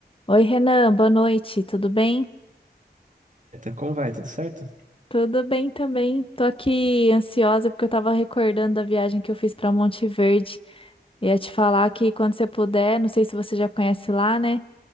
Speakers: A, on the left; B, on the right.
A: Oi, Renan, boa noite, tudo bem?
B: Eita, Como vai? Tudo certo?
A: Tudo bem também. Tô aqui ansiosa porque eu tava recordando da viagem que eu fiz pra Monte Verde. Ia te falar que quando você puder, não sei se você já conhece lá, né?